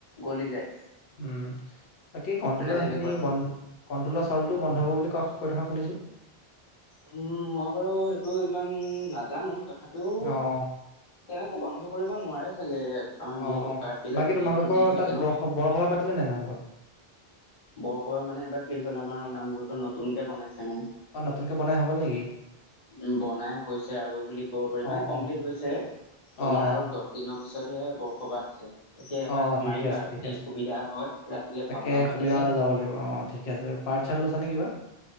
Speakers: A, on the left (about 40°); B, on the left (about 70°).
A: গলি যায়।
B: উম, বাকী কণ্ট্ৰলৰ
A: মানে তেনেকুৱা
B: সেইখিনি
A: হয়।
B: বন কণ্ট্ৰলৰ চাউলটো বন্ধ হ'ব বুলি কৈ থকা শুনিছোঁ।
A: উম, মই বাৰু সেইটো ইমান নাজানো তথাপিও
B: অ', অ'।
A: তেনেকে বন্ধ কৰিব নোৱাৰে চাগে। কাৰণ
B: অ
A: যিহেতু
B: অ
A: কাৰ্ডবিলাক
B: বাকী তোমালোকৰ
A: যিহেতু দি থৈছে
B: তাত
A: ন'।
B: বৰ বৰসবাহ পাতিলে নাই নামঘৰত
A: বৰখলা মানে এইবাৰ কি হ'ল আমাৰ নামঘৰটো নতুনকে বনাইছে মানে।
B: অ' নতুনকে বনাই হৈ গ'ল নেকি?
A: উম, বনাই হৈছে আৰু বুলি ক'ব পাৰি,
B: অ
A: মানে কমপ্লিট
B: অ
A: হৈছে তোমাৰ
B: অ
A: আৰু
B: অ
A: দহ দিনৰ পিছতহে বৰসভা আছে। তাকে এপাক
B: অ অ ঠিকে
A: মাৰিবা
B: আছে ঠিকে
A: যদি
B: আছে
A: সুবিধা হয়, ৰাতিলে
B: তাকে
A: ভাওনাও পাতিছে।
B: সুবিধা হ'লে যাব লাগিব অ অ ঠিকে আছে পাৰ্ট চাৰ্ট লৈছানে কিবা?